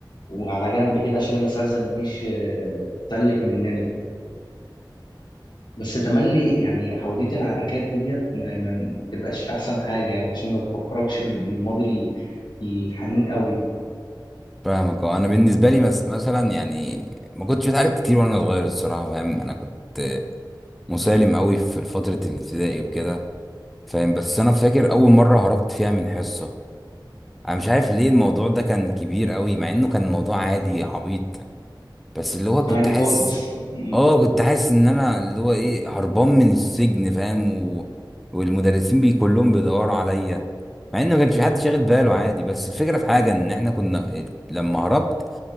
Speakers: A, on the left (about 65°); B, in the centre.
A: وعلى جنب كده عشان الاساتذه ما تجيش آه، تسلك مننا بس تملي يعني حوديه العركات ديت ما ما بتبقاش احسن حاجه يعني عشان ما بتفكركش بال- بالماضي ال- الحنين قوي
B: فاهمك اه انا بالنسبة لي مس... مثلا يعني ما كنتش بتعارك كتير وانا صغير الصراحة فاهم انا كنت مسالم قوي في فترة الابتدائي وكده فاهم بس انا فاكر اول مرة هربت فيها من حصة انا مش عارف ليه الموضوع ده كان كبير قوي مع انه كان موضوع عادي عبيط بس اللي هو كنت
A: عادي
B: حاسس
A: خالص <laughs>
B: اه كنت حاسس ان انا اللي هو ايه هربان من السجن فاهم و... والمدرسين بي كلهم بيدوروا عليا مع ان ما كانش في حد شاغل باله عادي بس الفكره في حاجه ان احنا كنا لما هربت